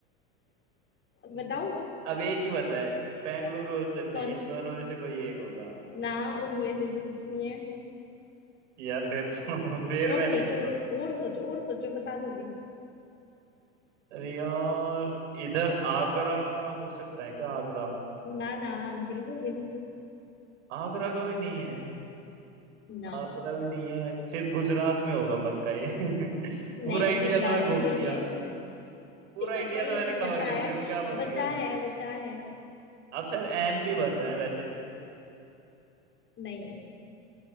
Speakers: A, on the right; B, on the left.
A: हम्म,
B: बताओ
A: अब एक ही बचा है बेंगलुरु और चेन्नई
B: कौन
A: इन दोनों में से कोई एक होगा
B: ना उनमें से भी कुछ नहीं
A: यार फिर तो <laughs> फिर
B: और
A: मैं
B: सोचो
A: नहीं बता सकता
B: और सोचो और सोचो बता दूंगी
A: अरे यार इधर आगरा का हो सकता है क्या आगरा
B: ना ना बिल्कुल भी नहीं
A: आगरा का भी नहीं है
B: ना
A: आगरा भी नहीं है फिर गुजरात में होगा पक्का ये <laughs> पूरा
B: नहीं
A: इंडिया
B: गुजरात
A: तो मैं घूम
B: भी नहीं
A: लिया
B: है
A: पूरा
B: <laughs>
A: इंडिया
B: नहीं
A: तो
B: अभी
A: मैंने
B: बचा
A: कवर कर
B: है
A: लिया अब क्या बच
B: बचा
A: गया
B: है बचा है
A: अब शायद एमपी बचा है वैसे एक
B: नहीं